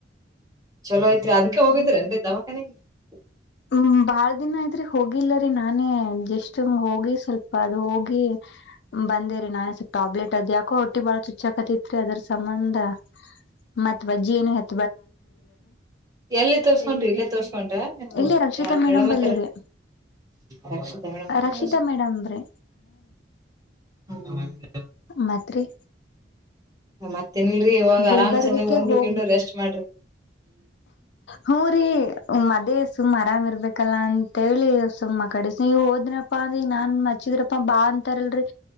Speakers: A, on the right (about 20°); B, on the left (about 65°).
A: ಚಲೋ ಐತ್ರಿ ಅದಕ್ಕೆ ಹೋಗಿದ್ರೇನ್ರಿ <unintelligible>
B: ಹ್ಮ ಬಾಳ ದಿನ ಆಯ್ತ್ರಿ ಹೋಗಿಲ್ಲರಿ ನಾನೇ ಗೆಸ್ಟ್ ರೂಮ್ ಹೋಗಿ ಸ್ವಲ್ಪ ಅದ ಹೋಗಿ ಬಂದೇರಿ ನಾನ್ ಟಾಬ್ಲೆಟ್ ಅದ್ ಯಾಕೋ ಹೊಟ್ಟಿ ಬಾಳ ಚುಚ್ಚಾಕತಿತ್ರಿ ಅದ್ರ ಸಂಬಂಧ ಮತ್ ಬಜ್ಜಿ ಏನುತ್
A: ಎಲ್ಲ ತೋರ್ಸ್ಕಡ್ರಿ ಇಲ್ಲೇ ತೋರ್ಸ್ಕಡ್ರಿ ಹ್ಮ
B: ಇಲ್ಲಿ ರಕ್ಷಿತಾ
A: ಯಾರ
B: ಮೇಡಮ್
A: ಮೇಡಮ್ತ್ರ
B: ಬಲ್ಲಿರಿ
A: <inaudible> ರಕ್ಷಿತಾ ಮೇಡಂ.
B: ರಕ್ಷಿತಾ ಮೇಡಮ್ ರೀ
A: <unintelligible>
B: ಮತ್ತೆ ರೀ
A: ಮತ್ತ ತಿನ್ಲ್ರಿ ಇವಾಗ
B: ಗುಲ್ಬರ್ಗಕ್ಕೆ
A: ಆರಾಮ್ ಚೆನ್ನಾಗ್ ಉಂಡು
B: ಹೋಗ್
A: ಗಿಂಡು ರೆಸ್ಟ್ ಮಾಡ್ರಿ.
B: ಹೂ ರೀ ಮದ್ ಸುಮ್ರಾಮ ಇರ್ಬೇಕಲ್ಲ ಅಂತ ಹೇಳಿ ಸುಮ್ಮ ಕಡೆಿಸಿ ನೀವು ಹೋದ್ರೆ. ಪ್ಪಾ ಅಂದಿ ನಾನ್ ಮಚ್ಚಿದ್ರಪ್ಪಾ ಬಾ ಅಂತಾರಲ್ರರಿ